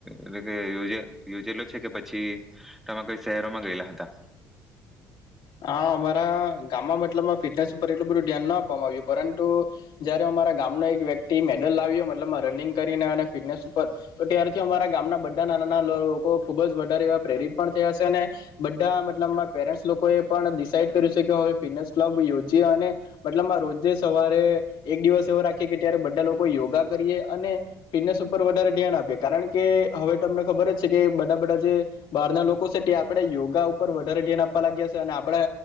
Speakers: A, in the centre; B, on the left.
A: એટલે કે યોજે યોજેલો છે, કે પછી તમે કોઈ શહેરોમાં ગયેલા હતા?
B: હા અમારા ગામમાં મતલબમાં ફિટનેસ ઉપર એટલું બધું ધ્યાન ના આપવામાં આવ્યું, પરંતુ જયારે અમારા ગામના એક વ્યક્તિ મેડલ લાવ્યો મતલબમાં રનિંગ કરીને અને ફિટનેસ ઉપર તો ત્યારથી, અમારા ગામના બધા નાના-નાના લોકો ખુબ જ વધારે એવા પ્રેરિત પણ થયા છે, અને બધા મતલબમા પેરેન્ટ્સ લોક કે પણ ડિસાઈડ કર્યું છે કે હવે ફિટનેસ ક્લબ યોજીએ અને મતલબમાં રોજે સવારે એક દિવસ એવો રાખીએ કે ત્યારે બધા લોકો યોગા કરીએ, અને ફિટનેસ ઉપર વધારે ધ્યાન આપીએ, કારણ કે હવે તમને ખબર છે કે બધા-બધા જે બહારના લોકો છે તે આપણેે યોગા ઉપર વધારે ધ્યાન આપવા લાગ્યા છે. અને આપણા